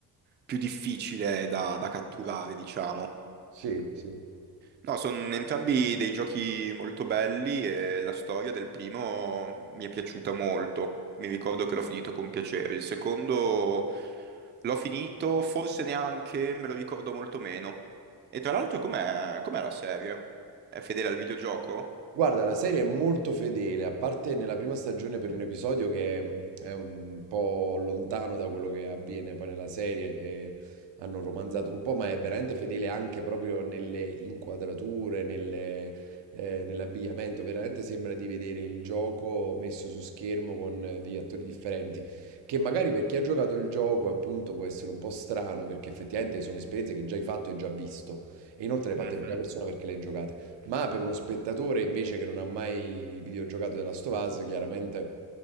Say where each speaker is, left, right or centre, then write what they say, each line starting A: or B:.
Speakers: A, on the right (about 25°); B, on the right (about 80°).
A: più difficile da da catturare, diciamo.
B: Sì, sì.
A: No, sono entrambi dei giochi molto belli e la storia del primo mi è piaciuta molto. Mi ricordo che l'ho finito con piacere. Il secondo l'ho finito, forse neanche, me lo ricordo molto meno. E tra l'altro, com'è, com'è la serie? È fedele al videogioco?
B: Guarda, la serie è molto fedele, a parte nella prima stagione per un episodio che mh, è un po' lontano da quello che avviene poi nella serie, e hanno romanzato un po', ma è veramente fedele anche proprio nelle inquadrature, nelle- eh, nell'abbigliamento, veramente sembra di vedere il gioco messo su schermo con eh, degli attori differenti, che magari per chi ha giocato il gioco appunto può essere un po' strano, perché effettivamente sono esperienze che già hai fatto e già visto, e inoltre le hai
A: Mhm.
B: fatte in prima persona perché le hai giocate. Ma per uno spettatore invece che non ha mai videogiocato The Last of Us, chiaramente